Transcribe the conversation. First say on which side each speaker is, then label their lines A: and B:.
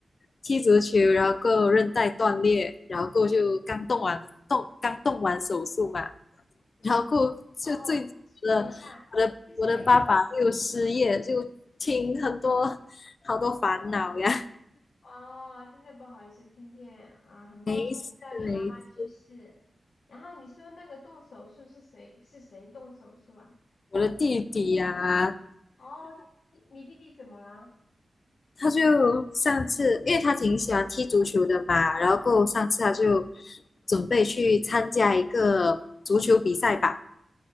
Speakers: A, on the left; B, on the left.
A: 踢足球，然后够韧带断裂，然后够就刚动完动刚动完手术嘛，然后就最我的我的我的爸爸又失业，
B: 哦，等一下，是谁？
A: 就听很多好多烦恼呀，
B: 哦，真的不好意思，听见啊，很抱歉听到你妈妈去世。
A: 没事没事。
B: 然后你说那个动手术是谁？是谁动手术啊？
A: 我的弟弟呀、
B: 哦，你你弟弟怎么了？
A: 他就上次因为他挺喜欢踢足球的嘛，然后过后上次他就准备去参加一个足球比赛吧。